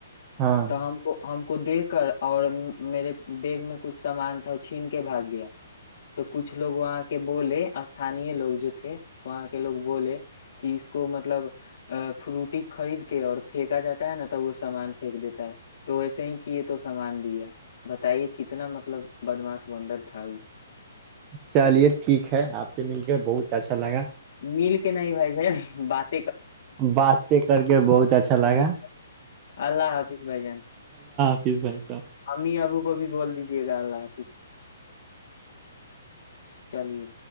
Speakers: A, on the right; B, on the left.
A: ہاں
B: تو ہم کو ہم کو دے کر اور میرے بیگ میں کچھ سامان تھا چھین کے بھاگ گیا تو کچھ لوگ وہاں کے بولے اسھانی لوگ جو تھے وہاں کے لوگ بولے کہ اس کو مطلب ا فروٹی خرید کے اور پھینکا جاتا ہے نا تو وہ سامان پھینک دیتا ہے تو وسے ہی کیے تو سامان دیا بتائیے کتنا مطلب بدماش بندر تھا وہ
A: چلیے ٹھیک ہے آپ سے مل کے بہت اچھا لگا
B: مل کے نہیں بھائی ج بقی <inaudible>
A: باتیں کر کے بہت اچھا لگا
B: جی اللہ حافظ <inaudible> بائی جان
A: پچیس بائیس
B: ہمیں ابو <inaudible> کو بھی بول دیجے گا آاپس چلیے